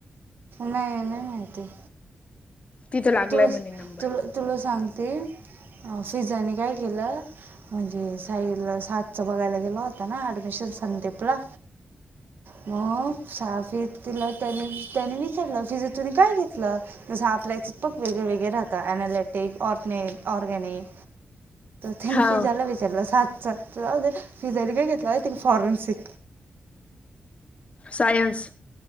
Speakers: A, on the right; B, on the left.
A: नाय नाहीय ते.
B: तिथं लागलाय
A: तुला,
B: म्हणे नंबर
A: तुला तुला सांगते, फिजानी काय केलं? म्हणजे साईल सातच बघायला गेला होता ना ऍडमिशन संदेप ला, म. सहा फीत तीला त्याने त्यानी विचारलं फिजा तुनी काय घेतलं, जस आपल्या पक वेगळे वेगळे राहता अनालिटिक, ओटनेक, ऑरगॅनिक, त्याने
B: हा
A: फिजाला वी चारल सात सात राहू दे, फिजा ने काय घेतला महिते का फॉरेनसिक.
B: सायन्स.